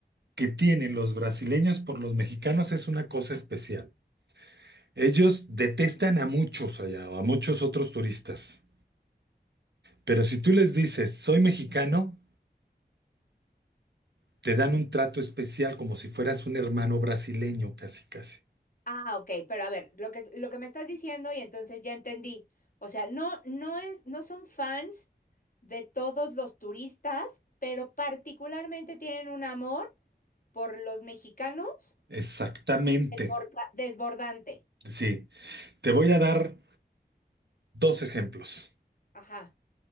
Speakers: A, on the right; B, on the left.
A: que tienen los brasileños por los mexicanos es una cosa especial. Ellos detestan a muchos allá, o a muchos otros turistas. Pero si tú les dices, soy mexicano, te dan un trato especial como si fueras un hermano brasileño, casi, casi.
B: Ah, ok, pero a ver, lo que, lo que me estás diciendo y entonces ya entendí. O sea, no, no es, no son fans de todos los turistas, pero particularmente tienen un amor por los mexicanos
A: Exactamente.
B: desborda- desbordante.
A: Sí, te voy a dar dos ejemplos.
B: Ajá,